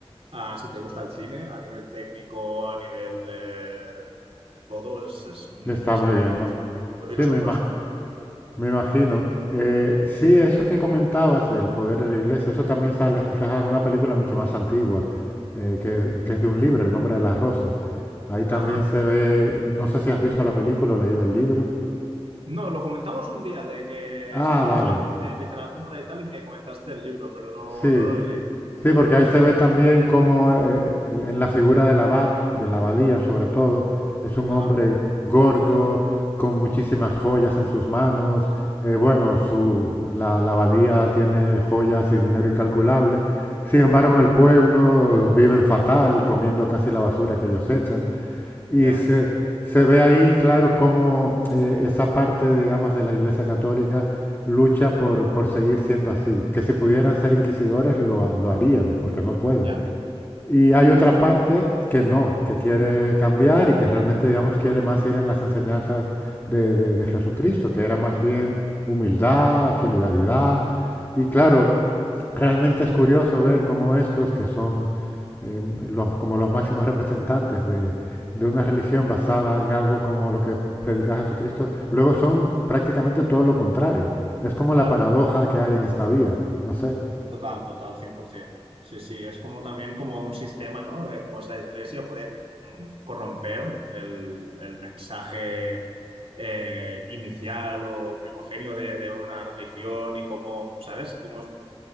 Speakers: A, on the right; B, on the left.
A: Ah, si te gusta el cine, a nivel técnico, a nivel... eh, todo es, es- mm,
B: Está
A: está
B: muy
A: muy
B: bien,
A: bien
B: ¿no?
A: hecho. Y
B: Sí,
A: los
B: me
A: actores
B: imag-
A: son muy buenos.
B: me imagino. Eh, sí, eso que comentabas del poder de la iglesia, eso también sale reflejado en una película mucho más antigua, eh, que, que es de un libro, El nombre de las rosas. Ahí también
A: Ajá.
B: se ve, no sé si has visto la película o leído el libro.
A: No, lo comentamos un día de que
B: Ah,
A: estuvimos
B: vale,
A: hablando de literatura y tal y me comentaste el libro, pero no,
B: sí.
A: no lo he leído.
B: Sí, porque ahí se ve también cómo eh, el- en la figura del abad, de la abadía sobre todo, es un
A: Ajá.
B: hombre gordo, con muchísimas joyas en sus manos. Eh, bueno, su, la, la abadía tiene joyas y dinero incalculable. Sin embargo, en el pueblo viven fatal, comiendo casi la basura que ellos echan. Y
A: Ya,
B: se, se ve ahí, claro, cómo eh, esa parte, digamos, de la Iglesia Católica lucha por, por seguir siendo así. Que si pudieran ser inquisidores, lo, ha- lo harían, porque no pueden.
A: ya.
B: Y hay otra
A: ya,
B: parte
A: ya.
B: que no, que quiere cambiar y que realmente, digamos, quiere más ir en las enseñanzas de, de- de Jesucristo, que era más bien humildad, solidaridad.
A: Ajá.
B: Y claro, realmente es curioso ver cómo estos, que son eh, los- como los máximos representantes de, de una religión basada en algo como lo que predica Jesucristo, luego son prácticamente todo lo contrario. Es como la
A: Claro.
B: paradoja que hay en esta vida, no sé.
A: Total, total, 100%. Sí, sí, es como también como un sistema, ¿no? De cómo es la iglesia, puede mm, corromper el, el mensaje eh, inicial o primogenio de, de una religión y cómo, ¿sabes? Cómo, es-